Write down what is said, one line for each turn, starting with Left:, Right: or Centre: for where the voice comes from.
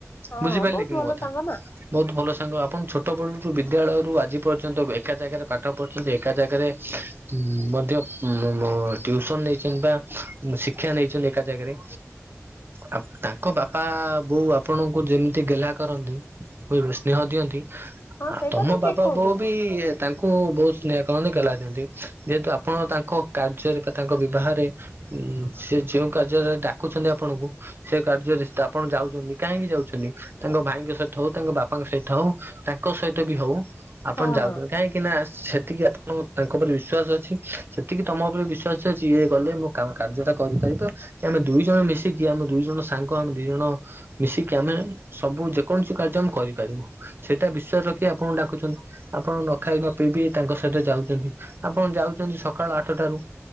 Left: ହଁ
Right: ବୁଝି ପ
Left: ବହୁତ
Right: ଲ କିି
Left: ଭଲ
Right: ମୁଆଥା।
Left: ସାଙ୍ଗ ନା
Right: ବହୁତ ଭଲ ସାଙ୍ଗ ଆପଣ ଛୋଟ ବେଳୁ ରୁ ବିଦ୍ୟାଳୟ ରରୁ ଆଜି ପର୍ଯ୍ୟନ୍ତ ଏକା ଜାଗାରେ ପାଠ ପଢିଛନ୍ତି ଏକା ଜାଗାରେ। ହଁ ମଧ୍ୟ। ମୋ ୍ୟୁସନ ନେଇଛନ୍ତି ବା ଶିକ୍ଷା ନେଇଛନ୍ତି ଏକା ଜାଗାରେ। ଆ ତାଙ୍କ ବାପା ବୋଉ ଆପଣଙ୍କୁ ଯେମିତି ଗେହ୍ଲା କରନ୍ତି। ବୁଝିଲ ସ୍ନେହ ଦିଅନ୍ତି
Left: ହଁ
Right: ଆଉ
Left: ସେଇଟା
Right: ତମ
Left: ତ
Right: ବାପ
Left: ଠିକ କହୁଛନ୍ତି
Right: ବୋଉ ବି। ତାଙ୍କୁ ବହୁତ ସ୍ନେହକ ଗଲାନ୍ତି ଯେହେତୁ ଆପଣ ତାଙ୍କ କାର୍ଯ୍ୟରେ ବା ତାଙ୍କ ବିବାହରେ। ଉ ସେ ଯଉ କାର୍ଯ୍ୟରେ ଡାକୁଛନ୍ତି ଆପଣଙ୍କୁ। ସେ କାର୍ଯ୍ୟରେ ଆପଣ ଯାଉଛନ୍ତି କାହିଁକି ଯାଉଛନ୍ତି। ତାଙ୍କ ଭାଇଙ୍କ ସହିତ ହଉ ତାଙ୍କ ବାପାଙ୍କ ସହିତ ହଉ ତାଙ୍କ ସହିତ ବି ହଉ ଆପଣ
Left: ହଁ
Right: ଯାଉଛନ୍ତି
Left: ହଁ
Right: କାହିଁକି। କି ନା ସେତିକି ଆପଣ ତାଙ୍କ ଉପରେ ବିଶ୍ଵାସ ଅଛି ସେତିକି ତମ ଉପରେ ବିଶ୍ାସ ଅଛି ଇଏ ଗଲେ ମୁଁ। କ କାର୍ଯ୍ୟ ଟା କରିପାରିବ ଆମେ ଦୁଇ ଜଣ ମିଶିକି ଆମ ଦୁଇ ଜଣ ସାଙ୍ଗ ଆମ ଦିଇ ଜଣ। ମିଶିକି ଆମେ ସବୁ ଯେକୌଣସି କାର୍ଯ୍ୟ ଆମେ କରିପାରିବୁ। ସେଇଟା ବିଶ୍ଵାସ ରଖି ଆପଣଙ୍କୁ ଡାକୁଚଛନ୍ତି ଆପଣ ନଖାଇ ନ ପିଇବି ତାଙ୍କ ସହିତ ଯାଉଛନ୍ତି। ଆପଣ ଯାଉଛନ୍ତି ସକାଳୁ ଆଠଟାରୁ